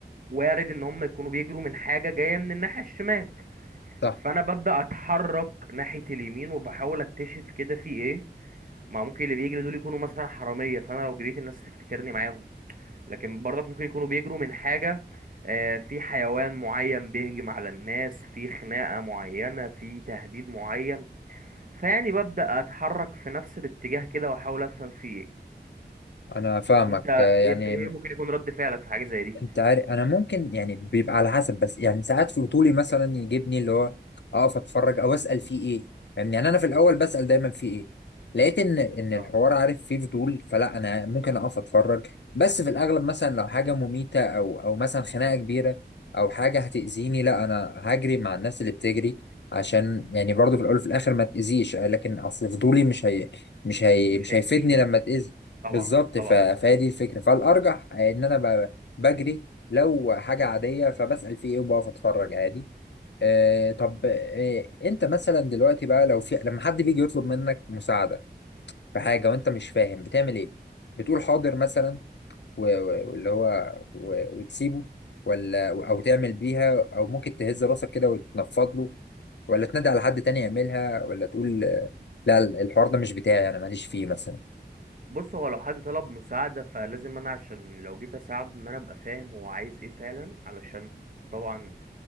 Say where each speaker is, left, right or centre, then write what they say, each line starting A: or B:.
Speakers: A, on the right; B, on the left.
A: وارد ان هم يكونوا بيجروا من حاجة جاية من الناحية الشمال
B: صح
A: فانا ببدأ اتحرك ناحية اليمين وبحاول اكتشف كده في ايه ما ممكن اللي بيجري دول يكونوا مثلا حرامية فانا لو جريت الناس تفتكرني معاهم لكن برضك ممكن يكونوا بيجروا من حاجة آه، في حيوان معين بيهجم على الناس في خناقة معينة في تهديد معين فيعني ببدأ أتحرك في نفس الاتجاه كده وأحاول أفهم فيه إيه
B: انا فاهمك
A: أنت
B: آه، يعني
A: أنت إيه ممكن يكون رد فعلك في حاجة زي دي
B: انت عارف انا ممكن يعني بيبقى على حسب بس يعني ساعات فضولي مثلا يجيبني اللي هو اقف اتفرج او اسال فيه ايه فاهمني يعني انا في الاول بسال دايما فيه ايه لقيت ان ان
A: اه
B: الحوار عارف فيه فضول فلا انا ممكن اقف اتفرج بس في الاغلب مثلا لو حاجه مميته او او مثلا خناقه كبيره او حاجه هتاذيني لا انا هجري مع الناس اللي بتجري عشان يعني برضو في الاول وفي الاخر ما تاذيش لكن اصل فضولي مش هي مش هي
A: مش
B: مش
A: هيفيدك
B: هيفيدني لما تاذي
A: طبعا
B: بالظبط
A: طبعا
B: ف... فهي دي الفكره فالارجح ان انا بجري لو حاجة عادية فبسأل في ايه وبقف اتفرج عادي آه طب آه انت مثلا دلوقتي بقى لو في لما حد بيجي يطلب منك مساعدة في حاجة وانت مش فاهم بتعمل ايه بتقول حاضر مثلا و- و- واللي هو و- وتسيبه ولا او تعمل بيها او ممكن تهز راسك كده وتنفض له ولا تنادي على حد تاني يعملها ولا تقول آه، لا الحوار ده مش بتاعي انا ماليش فيه مثلا
A: بص هو لو حد طلب مساعدة فلازم أنا عشان لو جيت أساعده إن أنا أبقى فاهم هو عايز إيه فعلا علشان طبعا